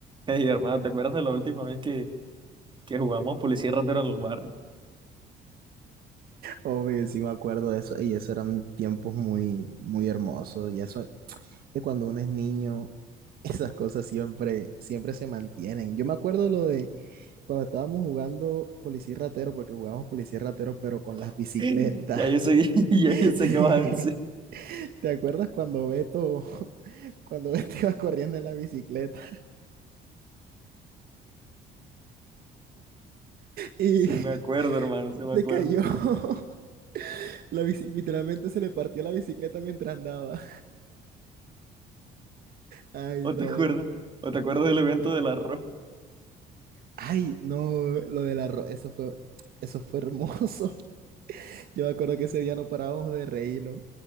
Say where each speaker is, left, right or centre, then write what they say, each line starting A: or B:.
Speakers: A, on the right; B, on the right.
A: Hey, hermano, ¿te acuerdas de la última vez que, que jugamos policía y ratero en los barrios?
B: Obvio, sí me acuerdo de eso, y eso eran tiempos muy, muy hermosos, y eso, que cuando uno es niño, <laughs> esas cosas siempre, siempre se mantienen. Yo me acuerdo de lo de cuando estábamos jugando policía y ratero, porque jugábamos policía y ratero, pero con las bicicletas.
A: <laughs> Ya yo sé, <laughs> ya
B: <laughs>
A: yo sé qué vas a decir.
B: ¿Te acuerdas cuando Beto, <laughs> cuando Beto iba corriendo en la bicicleta y
A: Sí me acuerdo, hermano, sí me
B: se
A: acuerdo.
B: cayó? <laughs> La bici- literalmente se le partió la bicicleta mientras andaba. Ay,
A: ¿O
B: no,
A: te acuerdas?
B: ay,
A: ¿O te acuerdas del evento del arroz?
B: Ay, no, lo del arroz, eso fue, eso fue hermoso. <laughs> Yo me acuerdo que ese día no parábamos de reírnos.